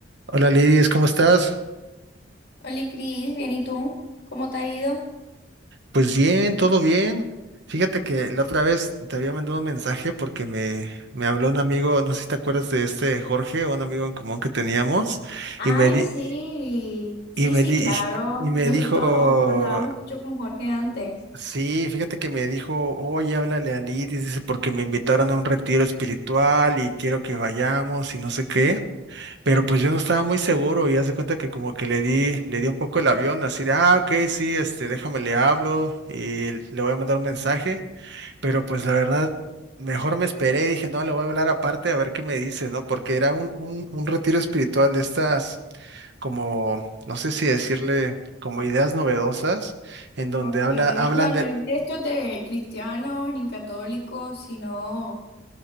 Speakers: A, on the right; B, on the left.
A: Hola Lidis, ¿cómo estás?
B: Hola Cris, bien, ¿y tú? ¿Cómo te ha ido?
A: Pues bien, todo bien. Fíjate que la otra vez te había mandado un mensaje porque me, me habló un amigo, no sé si te acuerdas de este Jorge, un amigo en común que teníamos,
B: Ay,
A: y me di-
B: sí, sí,
A: y me
B: sí,
A: di-
B: claro.
A: y
B: Nosotros
A: me dijo,
B: andábamos mucho con Jorge antes.
A: sí, fíjate que me dijo, oye, háblale a Lidis, dice, porque me invitaron a un retiro espiritual y quiero que vayamos y no sé qué. Pero pues yo no estaba muy seguro y haz de cuenta que como que le di, le di un poco el avión, así de, ah, ok, sí, este, déjame le hablo y le voy a mandar un mensaje, pero pues la verdad, mejor me esperé dije, no, le voy a hablar aparte a ver qué me dice, ¿no? Porque era un, un, un retiro espiritual de estas, como, no sé si decirle, como ideas novedosas, en donde
B: Ok,
A: habla, hablan
B: o sea, no
A: de,
B: es de estos de cristianos ni católicos, sino